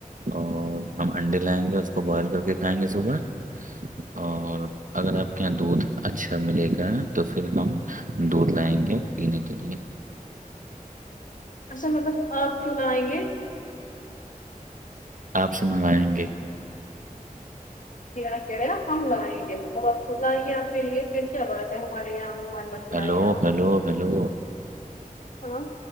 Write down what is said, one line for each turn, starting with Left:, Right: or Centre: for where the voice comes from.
Right: اور ہم انڈے لائیں گے اس کو بوائل کر کے کھائیں گے صبح اور اگر آپ کے یہاں دودھ اچھا ملے گا تو پھر ہم دودھ لائیں گے پینے کے لیے
Left: <inaudible> اصل مطلب آگ کیوں نہ آئیں گے
Right: آپ سے منگائیں گے
Left: یہ کہہ رہے ہم لائیں گے لائیں گے آپ کے لیے پھر کیا بات ہے ہمارے یہاں مہمان بن کے
Right: ہیلو
Left: آئے آپ
Right: ہلو ہلو
Left: ہاں